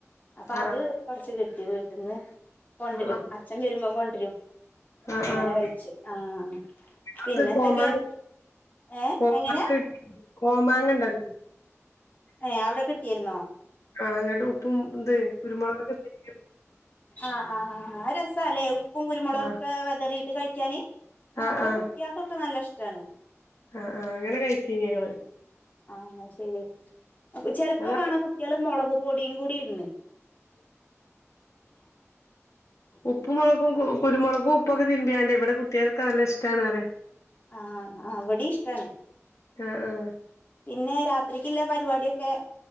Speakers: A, on the left; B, on the left.
A: അപ്പൊ
B: ആഹ്
A: അത് കൊറച്ച് കിട്ടും വീട്ടിൽന്ന് കൊണ്ടരും
B: ആഹ്
A: അച്ഛൻ വരുമ്പോ കൊണ്ടരും
B: ആഹ്
A: അങ്ങനെ
B: ആഹ്
A: കഴിച്ചു ആഹ
B: അത്
A: പിന്നെന്തൊക്കെയാ
B: കോമാങ്ങ
A: ഏ
B: കോമാങ്ങ
A: എങ്ങനെയാ
B: കിട്ടി കോമാങ്ങ ഇണ്ടല്ലോ
A: ഏ അവിടെ കിട്ടിരുന്നോ
B: ആ അങ്ങട്ട് ഉപ്പും ഇന്ത് കുരുമുളകൊക്കെ ശും
A: ആഹ് ആഹ് ആഹ് രസ അല്ലേ ഉ ഉപ്പും കുരുമുളകൊക്കെ
B: ആഹ്
A: വിതറിയിട്ട് കഴിക്കാന്
B: ആഹ്
A: വിടെ
B: ആഹ്
A: കുട്ടികൾക്കൊക്കെ നല്ല ഇഷ്ടം ട്ടണ
B: ആഹ് ആഹ് അങ്ങനെ കഴിച്ച ഞങ്ങള്
A: ആഹ ശരി ചെലപ്പോ
B: അതാ
A: കാണാൻ കുട്ടികള് മുളക് പൊടിയും കൂടി ഇടൺ
B: ഉപ്പ് മാ കുരുമുളക്കും ഉപ്പൊക്കെ തിന്മ്പിയാണ്ട് ഇവി കുട്ടികൾക്കെ നല്ല ഇഷ്ടമാണ്റിയ
A: ആഹ ആ അവിടെ ഇഷ്ടാണ്
B: ആഹ് ആഹ്
A: പിന്നെ രാത് ല്ലെ പരിപാടിയൊക്കെ